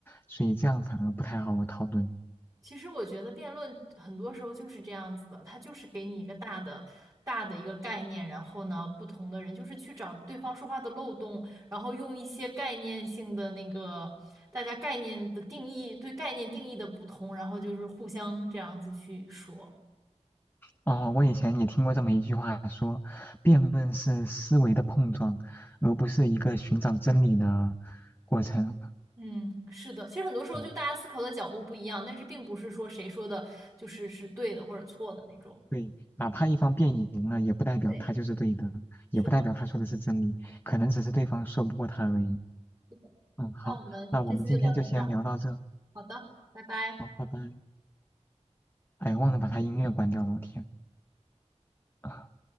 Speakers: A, on the left; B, on the right.
A: 所以这样反而不太好讨论。
B: 其实我觉得辩论很多时候就是这样子的，它就是给你一个大的、大的一个概念，然后呢，不同的人就是去找对方说话的漏洞，然后用一些概念性的那个大家概念的定义，对概念定义的不同，然后就是互相这样子去说。
A: 哦，我以前也听过这么一句话说，辩论是思维的碰撞，而不是一个寻找真理的过程。
B: 嗯，是的，其实很多时候就大家思考的角度不一样，
A: 嗯，
B: 但是并不是说谁说的就是是对的或者错的那种。
A: 对，哪怕一方辩赢了，也不代表他就是对的，
B: 对，是的，
A: 也不代表他说的是真理，可能只是对方说不过他而已。
B: 是的。
A: 嗯，好，
B: 那我们这次就聊到这儿，
A: 那我们今天就先聊到这，
B: 好的，拜拜。
A: 好，拜拜。哎，忘了把他音乐关掉了，我天。啊